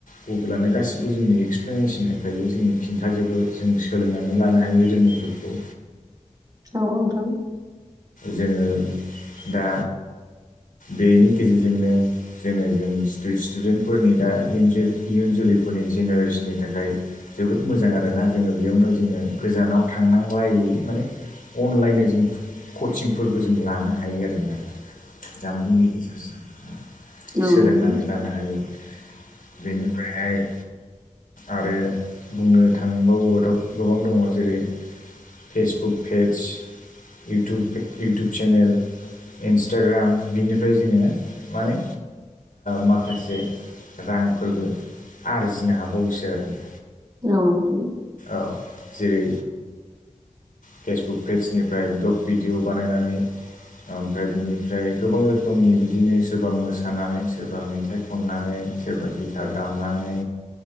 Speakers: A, on the left (about 85°); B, on the right (about 30°).
A: गुगुलानो गासिबो जोंनि एक्सप्लेनेसन होखायो जोंनो खिन्थाजोबो जों सोलोंनानै लानो हायो रोङिखौ औ
B: औ नोंथां
A: जोङो दा बेनि गेजेरजोंनो जोङो जों स्टुडेन्टफोरनि दा इयुन जोलैफोरनि जेनेरेसननि थाखाय जोबोद मोजां आरोना जोङो बेयावनो जोङो गोजानाव थांनांलायै माने अनलाइन जों कचिंफोरबो जों लानो हायो आरोना जामबुंनि गेजेरजों
B: औ नोंथां औ नोंथां औ
A: सोलोंनानै
B: नोंथां औ नोंथां औ नोंथां
A: लानो हायो बेनिफ्रायहाय आरो बुंनो थांबावबाथ' गोबां दङ जेरै Facebook page YouTube YouTube channel Instagram बिनिफ्राय जोङो माने माखासे रांफोरबो आरजिनो हाबावोसो आरो ना
B: औ नोंथां
A: औ जेरै फेसबुक पेजनिफ्राय ब्लक भिडिअ बानायनानै ओमफ्राय बिनिफ्राय गोबां रोखोमनि बिदिनो सोरबा मोसानानै सोरबा मेथाइ खननानै सोरबा गिथार दामनानै